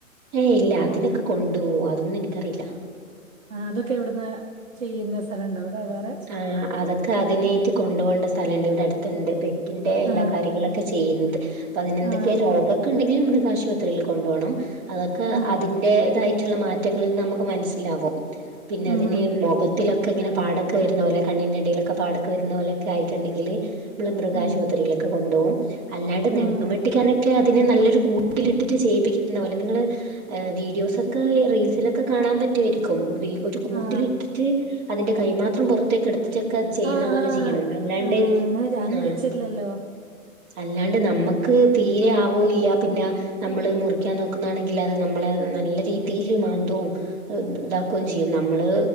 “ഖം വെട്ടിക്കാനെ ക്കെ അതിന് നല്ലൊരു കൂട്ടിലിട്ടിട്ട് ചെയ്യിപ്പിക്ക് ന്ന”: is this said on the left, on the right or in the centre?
Right